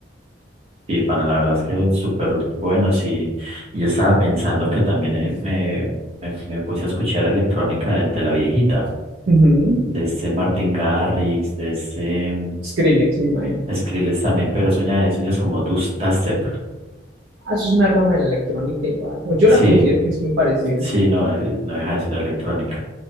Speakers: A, on the right; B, on the right.
A: Sí, pana, la verdad es que es súper bueno, sí. yo estaba pensando que también eh, me, me, me puse a escuchar electrónica de, de la viejita,
B: Ujú.
A: de este Martin Garrix, de este mm,
B: Skrillex, me imagino.
A: Skrillex también, pero eso ya, eso ya es como dus- dubstep.
B: Ah, eso es una rama de la electrónica igual. O yo
A: Sí,
B: la considero que es muy parecida.
A: sí, no, eh, no deja de ser electrónica.